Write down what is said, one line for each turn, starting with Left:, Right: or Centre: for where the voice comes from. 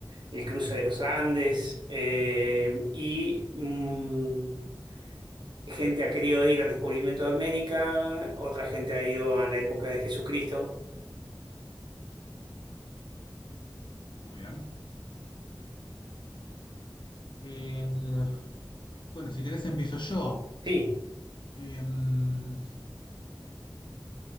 Right: el cruce de los Andes, eh, y mm, gente ha querido ir al descubrimiento de América, otra gente ha ido a la época de Jesucristo.
Left: Muy bien. Eh, bueno, si querés empiezo yo.
Right: Sí,
Left: Eh, me